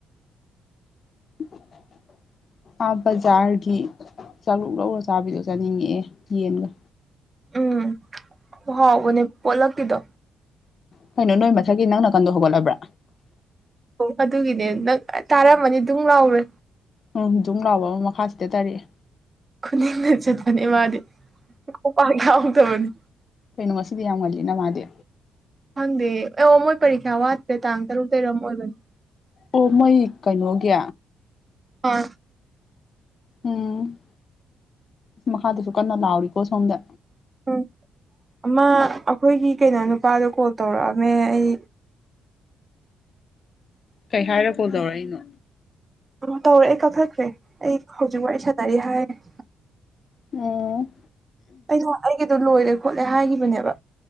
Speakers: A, on the left; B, on the right.
A: <unintelligible> ꯑꯥ ꯕꯖꯥꯔꯒꯤ ꯆꯥꯔꯨꯛ ꯂꯧꯔ ꯆꯥꯕꯤꯗꯣ ꯆꯥꯅꯤꯡꯉꯛꯑꯦ ꯌꯦꯟꯒ
B: ꯎꯝ ꯍꯥꯎꯕꯅꯦ ꯑꯣꯂꯒ ꯀꯗꯣ
A: ꯀꯣꯏꯩꯅꯣ ꯅꯣꯏ ꯃꯊꯛꯀꯤ ꯅꯪ ꯅꯥꯀꯟꯗꯣ ꯍꯧꯒꯠꯂꯕ꯭ꯔꯥ
B: ꯑꯣ ꯑꯗꯨꯒꯤꯅꯦ ꯅꯪ ꯇꯥꯔꯝꯃꯅꯤ ꯑꯗꯨꯝ ꯂꯥꯎꯔꯦ
A: ꯎꯝ ꯨꯝ ꯂꯥꯎꯕ ꯑꯃ ꯃꯈꯥꯁꯤꯗ ꯇꯥꯔꯛꯑꯦ
B: ꯈꯨꯅꯤꯡꯗ ꯆꯠꯄꯅꯦ ꯃꯥꯗꯤꯄꯥ ꯌꯥꯎꯗꯕꯅꯦ
A: ꯀꯩꯅꯣ ꯉꯗꯤ ꯌꯥꯝ ꯉꯜꯂꯤꯅ ꯃꯥꯗꯤ
B: ꯈꯪꯗꯦ ꯑꯦ ꯑꯣ ꯃꯣꯏ ꯄꯔꯤꯈ꯭ꯥ ꯋꯥꯠꯇ꯭ꯔꯦ ꯇꯥꯡ ꯇꯔꯨꯛ ꯇꯔꯠ ꯑꯃ ꯑꯣꯏꯕꯅꯦ
A: ꯑꯣ ꯃꯩ ꯀꯩꯅꯣꯒꯤ
B: ꯑ
A: ꯎꯝ ꯑ ꯃꯈꯥꯗꯁꯨ ꯀꯟꯅ ꯂꯥꯎꯔꯤꯀꯣ ꯁꯣꯝꯗ
B: ꯎꯝ ꯑꯃꯃ ꯑꯩꯈꯣꯏꯒꯤ ꯀꯩꯅꯣ ꯅꯨꯄꯥꯗꯣ ꯀꯣꯜ ꯇꯧꯔꯛꯑꯝꯃꯦ ꯑꯩ
A: ꯀꯩ ꯍꯥꯏꯔ ꯀꯣꯜ ꯇꯧꯔꯛꯏꯅꯣ
B: ꯇꯧꯔꯦ ꯑꯩ ꯀꯛꯈꯠꯈ꯭ꯔꯦ ꯑꯩ ꯍꯧꯖꯤꯛ ꯋꯥꯔꯤ ꯁꯥꯟꯅꯔꯤ ꯍꯥꯏꯦ
A: ꯎꯝ
B: ꯑꯩꯅ ꯑꯩꯒꯤꯗꯣ ꯂꯣꯏꯔꯦ ꯈꯣꯠꯂꯦ ꯍꯥꯏꯈꯤꯕꯅꯦꯕ